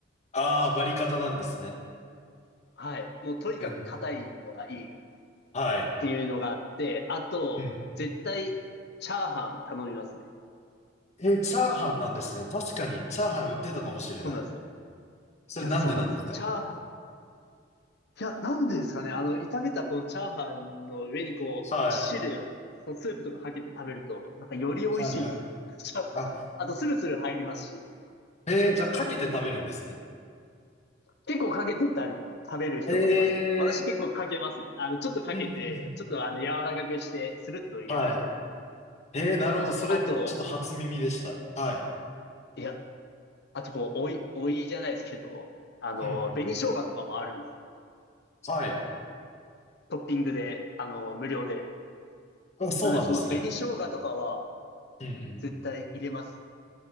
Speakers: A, on the left (about 35°); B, on the left (about 60°).
A: ああ、バリカタなんですね。
B: はい。もうとにかく硬いのがいいっ
A: うんうん。はい。
B: ていうのがあって、あと、
A: うん。
B: 絶対、チャーハン頼みますね。
A: え、チャーハンなんですね。確かに、チャーハン売ってたかもしれない。
B: そうなんですよ。
A: それなんでなんですか
B: いや、そうなんですよ。チャーハン、いや、なんでですかね。あの、炒めたこのチャーハンの上にこう、
A: はい。
B: 汁、スープとかかけて食べると、なんかより美味しいんですよ。
A: はいはい。
B: しかあと、
A: あ、
B: スルスル入りますし、
A: えー、じゃあ、かけて食べるんですね。
B: 結構かけてたり、食べる人もいますね。
A: え
B: 私結構かけますね。あの、ちょっとかけて、
A: ー、うんうんうん。
B: ちょっとあの、柔らかくして、スルッと入れるみたいな。
A: はい。えー、なるほど。それ、
B: あと、
A: ちょっと初耳でした。はい。
B: いや、あとこう、おい、おいじゃないですけど、あの、
A: うんうん。
B: 紅生姜とかもあるんですよ。
A: はい。
B: トッピングで、あの、無料で。
A: あ、そうなんですね。
B: なので、その紅生姜とかは
A: うんうん。
B: 絶対入れます。